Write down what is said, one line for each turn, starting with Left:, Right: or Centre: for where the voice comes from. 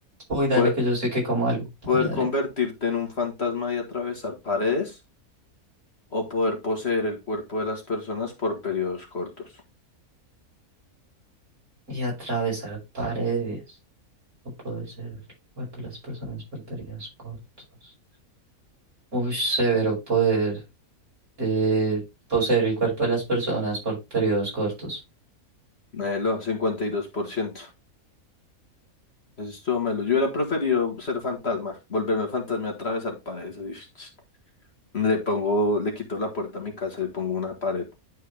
Right: Uy, dale,
Left: poder
Right: que yo sé que como algo.
Left: Poder
Right: Dale, dale.
Left: convertirte en un fantasma y atravesar paredes o poder poseer el cuerpo de las personas por periodos cortos.
Right: Y atravesar paredes. O poder ser el cuerpo de las personas por periodos cortos. Uy, severo poder eh, poseer el cuerpo de las personas por periodos cortos.
Left: Melo, cincuenta y dos por ciento Eso estuvo malo. Yo hubiera preferido ser fantasma, volverme fantasma y atravesar paredes. así, ch, ch. Le pongo, le quito la puerta a mi casa y pongo una pared.